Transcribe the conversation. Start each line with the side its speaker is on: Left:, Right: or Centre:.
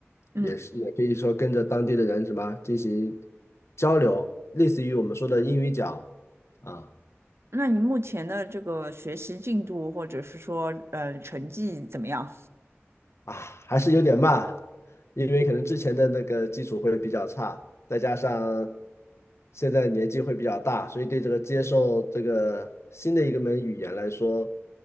Right: 嗯，
Left: 也是也可以说跟着当地的人什么进行交流，类似于我们说的英语角啊。
Right: 那你目前的这个学习进度，或者是说呃成绩怎么样？
Left: 啊，还是有点慢，因为可能之前的那个基础会比较差，再加上现在年纪会比较大，所以对这个接受这个新的一个门语言来说，